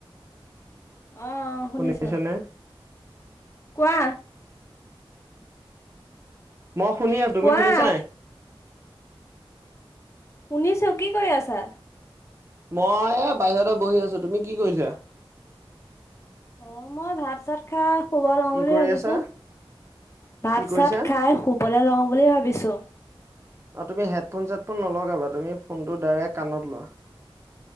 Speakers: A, on the left; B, on the right.
A: আহ, আহ, শুনিছো।
B: শুনিছানে?
A: কোৱা?
B: মই শুনি আছো। তুমি
A: কোৱা
B: শুনিছা নাই?
A: শুনিছো। কি কৰি আছা?
B: মই এ বাহিৰতে বহি আছো, তুমি কি কৰিছা?
A: অ', মই ভাত-চাত ভাত খাই শুব লও
B: কি
A: বুলি
B: কৰি
A: ভাবিছো,
B: আছা?
A: ভাত-চাত
B: কি কৰিছা?
A: খাই শুব শুবলে লওঁ বুলি ভাবিছোঁ।
B: অ', তুমি হেডফোন-চেডফোন নলগাবা, তুমি ফোনটো ডাইৰেক্ট কাণত লোৱা।